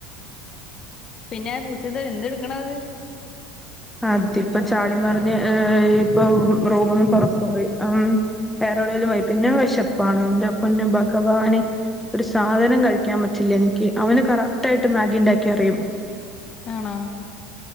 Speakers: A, on the left (about 35°); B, in the centre.
A: പിന്നെ പൂച്ചന്തെ ന്ത്ട്ക്ക്ണ അത്
B: അതിപ്പം ചാടി മറിഞ്ഞ് ഏ ഇപ്പൊ റൂമ്ന്ന് പാെറത്ത് പോയി അ വേറെവിടേലും പോയി പിന്നെ വെശപ്പാണ് എന്റെ പൊന്ന് ഭഗവാനെ ഒര് സാധനം കഴിക്കാൻ പറ്റില്ല എനിക്ക് അവന് കറക്റ്റ് ആയിട്ട് മാഗിണ്ടാക്ക്യ അറിയും
A: ആണോ